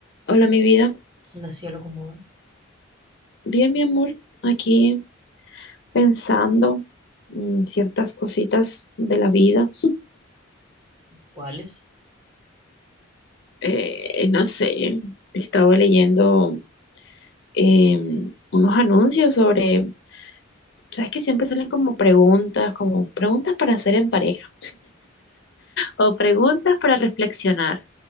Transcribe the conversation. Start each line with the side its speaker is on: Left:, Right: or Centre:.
Left: Hola, mi vida.
Right: No sé lo como es.
Left: Bien, mi amor, aquí pensando mm, ciertas cositas de la vida.
Right: ¿Cuáles?
Left: Eh, no sé, estaba leyendo em, unos anuncios sobre, sabes que siempre salen como preguntas, como preguntas para hacer en pareja o preguntas para reflexionar.